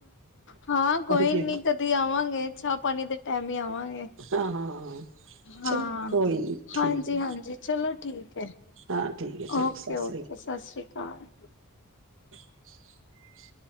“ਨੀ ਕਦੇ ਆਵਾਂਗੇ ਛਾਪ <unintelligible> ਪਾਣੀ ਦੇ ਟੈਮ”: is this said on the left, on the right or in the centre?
Left